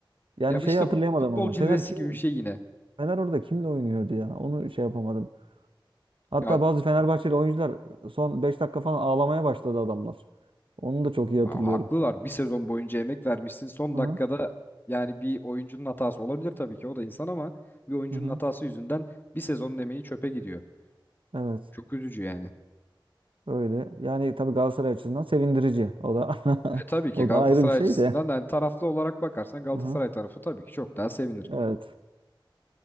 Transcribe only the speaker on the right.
Yani
şeyi
hatırlayamadım
ama
Fener kim
Fener orada kimle oynuyordu ya? Onu şey yapamadım. Hatta
bazı Fenerbahçeli oyuncular son 5 dakika falan ağlamaya başladı adamlar. Onu da çok iyi
hatırlıyorum.
Hı hı.
Hı hı.
Evet.
Öyle. Yani tabii Galatasaray açısından sevindirici. O da <laughs>
o
da ayrı bir şey
de.
Hı hı.
Evet.